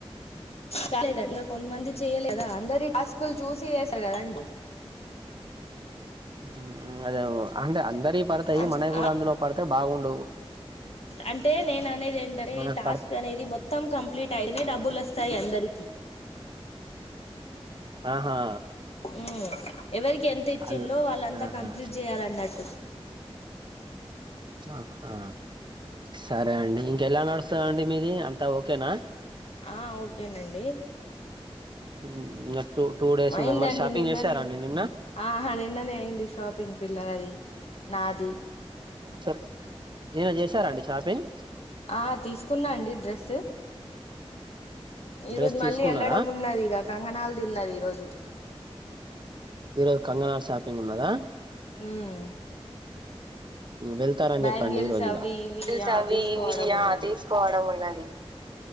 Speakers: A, on the left; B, on the right.
A: కాలేదు అండి ఇంకా కొంతమంది చేయలే కదా అందరి టాస్కులు చూసి చేస్తారు కదాండి
B: హామ్ అదే అంటే అందరి పడతాయి
A: అన్
B: మనవి కూడా
A: ఆ
B: అందులో పడితే బాగుండు
A: అంటే నేన అనేది ఏంటంటే
B: మనకు
A: ఈ టాస్క్
B: పడ
A: అనేది మొత్తం కంప్లీట్ అయింది డబ్బులు వస్తాయి అందరికీ
B: ఆహా
A: ఉ ఎవరికి ఎంత ఇచ్చింలో
B: అల్
A: వాళ్ళంతా
B: ఆహా
A: కంప్లీట్ చేయాలన్నట్టు
B: ఆ ఆ సరే అండి ఇంకెలా నడుస్తందండి మీది అంతా ఓకేనా
A: ఆ ఓకేనండి
B: ఉమ్, ఇంకా టూ టూ డేస్
A: అయిందండి
B: ఉన్నది మరి షాపింగ్
A: నిన్ననే
B: చేసారండి నిన్న
A: ఆహా నిన్ననే అయింది షాప్ పిం పిల్లల అది నాది
B: స మీరు చేశారాండి షాపింగ్
A: ఆ తీసుకున్నా అండి డ్రెస్ ఈ
B: డ్రెస్
A: రోజు
B: తీసుకున్నారా
A: మళ్ళీ వెళ్ళడం ఉన్నది ఇక కంగణల్ది ఉన్నది ఈ రోజు
B: ఈరోజు కంగనాలు షాపింగ్ ఉన్నదా
A: ఉమ్
B: వెళ్తారని
A: బ్యాంగిల్స్
B: చెప్పండి ఈ రోజుగా
A: అవి ఇవి ఆ
B: అవి
A: తీసుకోవడం
B: వియా
A: ఉన్నది
B: తీసుకోవడం ఉన్నది